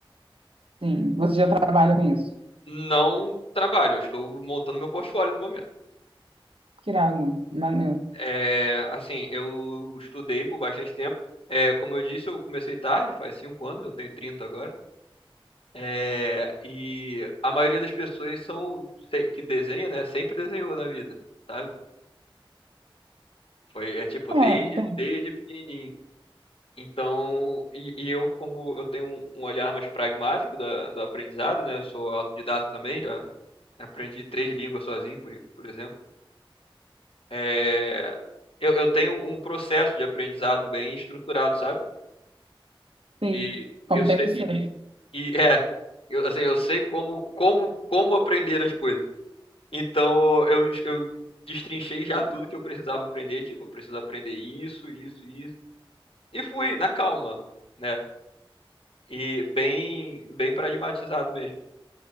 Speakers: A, on the right (about 80°); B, on the left (about 85°).
A: Sim, você já trabalha com isso.
B: Não trabalho, eu estou montando meu portfólio no momento.
A: Que irado, maneiro.
B: É, assim, eu estudei por bastante tempo. É, como eu disse, eu comecei tarde, faz cinco anos, eu tenho 30 agora. É, e a maioria das pessoas são se- que desenha, né? Sempre desenhou na vida, sabe? Foi, é tipo, desde,
A: É, tem.
B: desde pequenininho. Então, e, e eu, como eu tenho um, um olhar mais pragmático da, do aprendizado, né? Eu sou autodidata também, já aprendi três línguas sozinho, por, por exemplo. É, eu, eu tenho um processo de aprendizado bem estruturado, sabe?
A: Sim,
B: Que
A: como
B: eu sei,
A: tem que ser.
B: e <laughs> é, eu, assim, eu sei como, como, como aprender as coisas. Então eu, eu destrinchei já tudo que eu precisava aprender, tipo, eu preciso aprender isso, isso, isso. E fui na calma, né? E bem, bem pragmatizado mesmo.